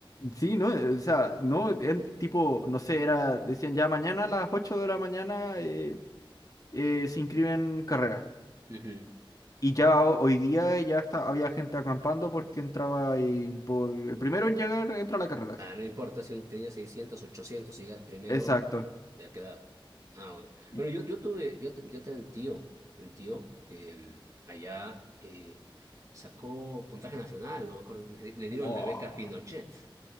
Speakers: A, on the left; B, on the right.
A: Sí, no, o sea, no, en- tipo, no sé, era, decían ya mañana a las 8 de la mañana eh, eh, se inscriben carreras.
B: Ujú.
A: Y ya ho- hoy día ya está, había gente acampando porque entraba ahí por el primero en llegar entra a la carrera.
B: Ah,
A: sí.
B: no importa si uno tenía 600, 800, si llegas primero,
A: Exacto.
B: ya queda. Ah, bueno.
A: Y-
B: Bueno, yo, yo tuve, yo, te- yo tenía un tío, un tío que mm, allá eh, sacó puntaje nacional, no me acuerdo, le, le dieron
A: wow.
B: la beca Pinochet. <laughs>